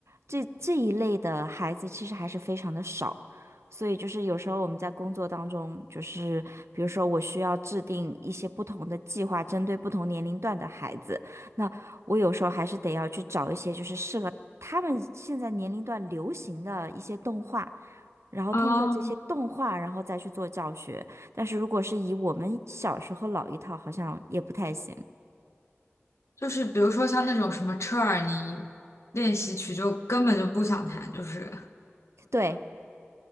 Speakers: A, on the right; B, on the left.
A: 这这一类的孩子其实还是非常的少。所以就是有时候我们在工作当中，就是比如说我需要制定一些不同的计划，针对不同年龄段的孩子，那我有时候还是得要去找一些就是适合他们现在年龄段流行的一些动画。然后通过这些动画，
B: 哦，
A: 然后再去做教学。但是如果是以我们小时候老一套，好像也不太行。
B: 就是比如说像那种什么车尔尼练习曲，就根本就不想弹，就是。
A: 对，